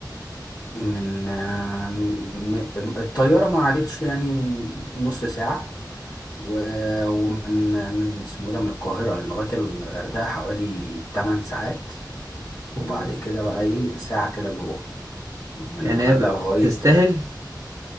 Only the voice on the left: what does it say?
من آه، م- م- الطيارة ما عادتش يعني نص ساعة و- ومن من اسمه إيه ده من القاهرة لغاية الغردقة حوالي 8 ساعات وبعد
كده بقى ايه ساعة كده جوه من
الغردقة
لغاية